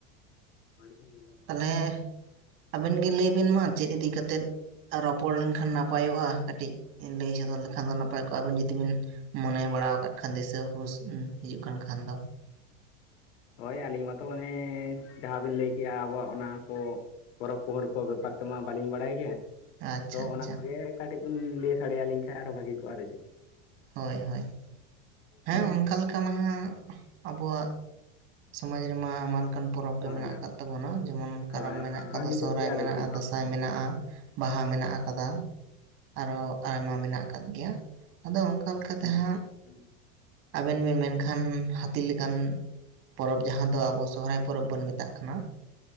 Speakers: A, on the left (about 65°); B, on the right (about 40°).
A: <unintelligible>
B: ᱛᱟᱞᱦᱮ ᱟᱵᱮᱱ ᱜᱮ ᱞᱟᱹᱭ ᱵᱤᱱ ᱢᱟ ᱪᱮᱫ ᱤᱫᱤ ᱠᱟᱛᱮᱫ ᱨᱚᱯᱚᱲ ᱞᱮᱱᱠᱷᱟᱱ ᱱᱟᱯᱟᱭᱚᱜᱼᱟ, ᱠᱟᱹᱴᱤᱡ ᱞᱟᱹᱭ ᱥᱚᱫᱚᱨ ᱞᱮᱠᱷᱟᱱ ᱫᱚ ᱱᱟᱯᱟᱭ ᱠᱚᱜᱼᱟ, ᱟᱹᱵᱤᱱ ᱡᱩᱫᱤ ᱵᱤᱱ ᱢᱚᱱᱮ ᱵᱟᱲᱟᱣ ᱠᱟᱜ ᱠᱷᱟᱱ ᱫᱤᱥᱟᱹ ᱦᱩᱥ ᱦᱤᱡᱩᱜ ᱠᱟᱱ ᱠᱷᱟᱱ ᱫᱚ᱾
A: ᱦᱳᱭ ᱟᱹᱞᱤᱧ ᱢᱟᱛᱚ ᱚᱱᱮ ᱡᱟᱦᱟᱸᱵᱤᱱ ᱞᱟᱹᱭ ᱠᱮᱜᱼᱟ ᱟᱵᱚᱣᱟᱜ ᱚᱱᱟ ᱠᱚ, ᱯᱚᱨᱚᱵᱽ ᱯᱩᱦᱳᱲ ᱠᱚ ᱵᱮᱯᱟᱨ ᱛᱮᱢᱟ ᱵᱟᱹᱞᱤᱧ ᱵᱟᱲᱟᱭ ᱜᱮᱭᱟ᱾
B: ᱟᱪᱪᱷᱟ
A: ᱛᱚ
B: ᱟᱪᱪᱷᱟ
A: ᱚᱱᱟ ᱠᱚᱜᱮ ᱠᱟᱹᱴᱤᱡ ᱵᱮᱱ ᱞᱟᱹᱭ ᱥᱟᱰᱮ ᱟᱹᱞᱤᱧ ᱠᱷᱟᱱ ᱟᱨᱚ ᱵᱷᱟᱹᱜᱤ ᱠᱚᱜᱼᱟ ᱟᱫᱚ ᱪᱮᱫ᱾
B: ᱦᱳᱭ ᱦᱳᱭ ᱦᱮᱸ
A: ᱦᱩᱸ
B: ᱚᱱᱠᱟ ᱢᱟᱦᱟ ᱟᱵᱚᱣᱟᱜ ᱥᱚᱢᱟᱡᱽ ᱨᱮᱢᱟ ᱟᱭᱢᱟ ᱞᱮᱠᱟᱱ ᱯᱚᱨᱚᱵᱽ ᱜᱮ
A: ᱦᱳᱭ
B: ᱢᱮᱱᱟᱜ ᱟᱠᱟᱫ ᱛᱟᱵᱚᱱᱟ ᱾ᱡᱮᱢᱚᱱ ᱠᱟᱨᱟᱢ
A: ᱦᱳᱭ
B: ᱢᱮᱱᱟᱜ ᱟᱠᱟᱫᱟ,
A: ᱵᱷᱟᱹᱜᱤ
B: ᱥᱚᱦᱨᱟᱭ
A: ᱠᱚᱜ ᱜᱮᱭᱟ ᱟᱫᱚ
B: ᱢᱮᱱᱟᱜᱼᱟ,
A: ᱪᱮᱫ
B: ᱟᱸᱥᱟᱭ ᱢᱮᱱᱟᱜᱼᱟ, ᱵᱟᱦᱟ ᱢᱮᱱᱟᱜ ᱟᱠᱟᱫᱟ, ᱟᱨᱚ ᱟᱭᱢᱟ ᱢᱮᱱᱟᱜ ᱟᱠᱟᱫ ᱜᱮᱭᱟ᱾ ᱟᱫᱚ ᱚᱱᱠᱟ ᱞᱮᱠᱟ ᱛᱮ
A: ᱦᱮᱸ
B: ᱦᱟᱸᱜ ᱟᱵᱮᱱ ᱵᱮᱱ ᱢᱮᱱᱠᱷᱟᱱ ᱦᱟᱹᱛᱤ ᱞᱮᱠᱟᱱ ᱯᱚᱨᱚᱵᱽ ᱡᱟᱦᱟᱸ ᱫᱚ ᱟᱵᱚ ᱥᱚᱦᱨᱟᱭ ᱯᱚᱨᱚᱵᱽ ᱵᱚᱱ ᱢᱮᱛᱟᱜ ᱠᱟᱱᱟ,